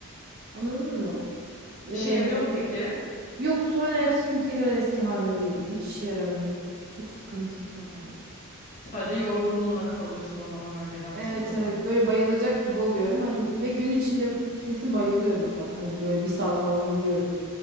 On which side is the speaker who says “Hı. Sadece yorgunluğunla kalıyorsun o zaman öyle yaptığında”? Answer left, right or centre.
Left